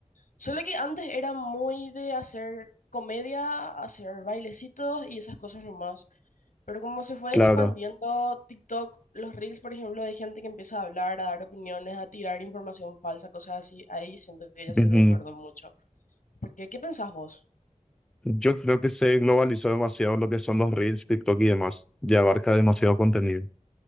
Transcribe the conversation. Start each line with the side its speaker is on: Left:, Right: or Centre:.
Left: Solo que antes era muy de hacer comedia, hacer bailecitos y esas cosas nomás. Pero como se fue
Centre: Claro.
Left: expandiendo TikTok, los reels, por ejemplo, de gente que empieza a hablar, a dar opiniones, a tirar información falsa, cosas así, ahí siento que ya se
Centre: Ujú.
Left: desbordó mucho. Porque, ¿qué pensás vos?
Centre: Yo creo que se globalizó demasiado lo que son los Reels, TikTok y demás. Ya abarca demasiado contenido.